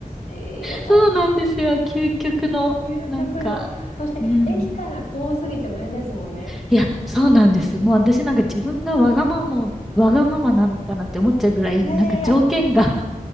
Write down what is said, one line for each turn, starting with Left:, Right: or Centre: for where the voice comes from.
Left: いよ。
Centre: そうなんですよ。究極の、
Left: 究極の。
Centre: なんか、
Left: そして、
Centre: うん。
Left: 駅から遠すぎてもあれですもんね。
Centre: いや、そうなんです。もう私なんか自分がわがまま、わがままなのかなって思っちゃうぐらい、
Left: いやいやいや、
Centre: なんか条件が <laughs>